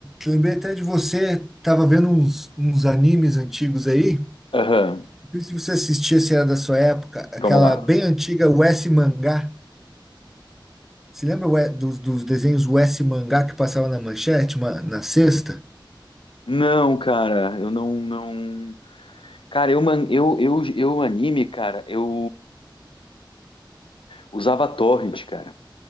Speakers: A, in the centre; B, on the left (about 85°).
A: lembrei até de você, tava vendo uns, uns animes antigos aí. Não
B: Aham,
A: sei se você assistia, se era da sua época, aquela
B: vamos lá.
A: bem antiga US Mangá. Você lembra o- E- dos, dos desenhos US Mangá que passava na manchete, uma- na sexta?
B: Não, cara, eu não, não. Cara, eu, man- eu, eu, eu anime, cara, eu usava torrent, cara.